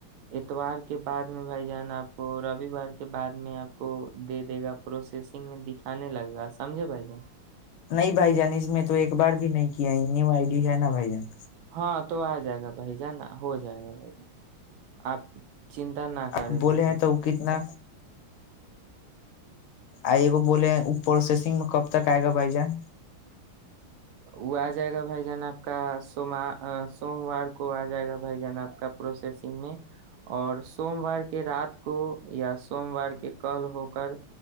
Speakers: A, on the right (about 75°); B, on the left (about 75°).
A: اتوار کے بد میں بھائی جان آپ کو رووار کے بعد میں آپ کو دے دے گا پروسیسنگ میں دکھانے لگے گا سمجھے بھائی جان
B: نہیں بھائی جان اس میں تو ایک بار بھی نہیں کیا نیو آئیڈی ہے نا بھ ج
A: ہاں تو آ جائے گا بھائی جانا ہو جائے گا بھائی آپ چنتا نہ
B: اب
A: کرے بھائی
B: بولے
A: جان
B: ہیں تو وہ کتنا آئیگو بولے پروسیسنگ میں کب تک آئے گا بائی جان
A: وہ آ جائے گا بھائی جان آپ کا سا سوموار کو آ جائے گا بھائی جان آپ کا پروسیسنگ میں اور سوموار کے رات کو یا سوموار کے کل ہو کر